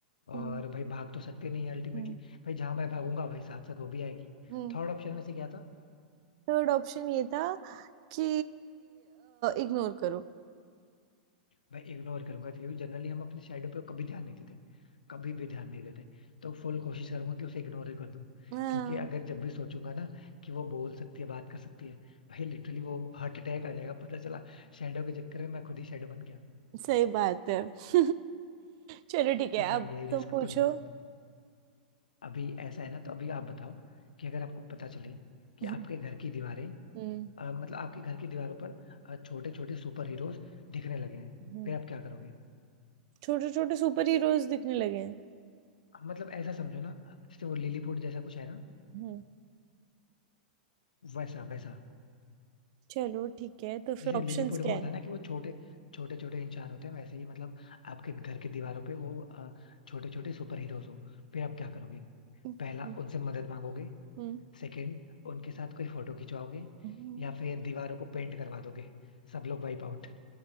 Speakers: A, on the left; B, on the right.
A: और
B: हम्म
A: भाई भाग तो सकते नहीं अल्टीमेटली
B: हम्म
A: भाई जहां मैं भागूंगा वही साथ साथ वो भी आएगी
B: हम्म
A: थर्ड ऑप्शन में से क्या था
B: थर्ड ऑप्शन ये था कि इग्नोर करो
A: मैं इग्नोर करूंगा क्योंकि जनरली हम अपने शैडो पे कभी ध्यान नहीं देते कभी भी ध्यान नहीं देते तो फुल कोशिश करूंगा कि उसे इग्नोर ही कर दूं
B: हाँ
A: क्योंकि अगर जब भी सोचूंगा ना कि वो बोल सकती है बात कर सकती है भाई लिटरली वो हार्ट अटैक आ जाएगा पता चला शैडो के चक्कर में मैं खुद ही शैडो बन गया
B: सही बात है <laughs> चलो ठीक
A: तो
B: है
A: मैं
B: अब
A: ये रिस्क
B: तुम पूछो
A: तो नहीं ले सकता अभी ऐसा है ना तो अभी आप बताओ कि अगर आपको पता चले कि
B: हम्म
A: आपके घर की दीवारें
B: हम्म
A: अ, मतलब आपके घर की दीवारों पर छोटे छोटे सुपर हीरोज दिखने लगे हैं
B: हम्म।
A: फिर आप क्या करोगे
B: छोटे छोटे सुपर हीरोज दिखने लगे हैं
A: मतलब ऐसा समझो ना जैसे वो लिलीपुट जैसा कुछ है ना
B: हम्म
A: वैसा वैसा
B: चलो ठीक है तो
A: जैसे
B: फिर
A: लिलीपुट
B: ऑप्शंस
A: में
B: क्या
A: होता
B: है
A: है ना कि वो छोटे छोटे छोटे इंसान होते हैं वैसे ही मतलब आपके घर की दीवारों पे वो छोटे छोटे सुपर हीरोज हो फिर आप क्या करोगे
B: हम्म
A: पहला उनसे मदद मांगोगे
B: हम्म,
A: सेकंड उनके साथ कोई फोटो खिंचवाओगे
B: हम्म।
A: या फिर दीवारों को पेंट करवा दोगे सब लोग वाइप आउट